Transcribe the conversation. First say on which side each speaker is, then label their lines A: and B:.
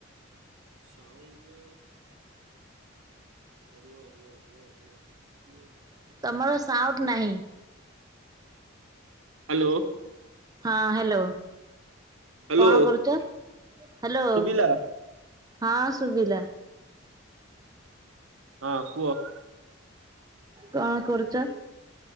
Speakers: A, on the right; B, on the right.
A: ସାଉଣ୍ଡ ରୁହ ରୁହ ରୁହ ରୁହ ଟିକିଏ
B: ତମର ସାଉଟ ନାହିଁ?
A: ହାଲୋ।
B: ହଁ ହାଲୋ।
A: ହ୍ୟାଲୋ
B: କଣ କରୁଚ? ହାଲୋ।
A: ଶୁଭିଲା
B: ହଁ ଶୁଭିଲା।
A: ହଁ କୁହ।
B: କଣ କରୁଚ।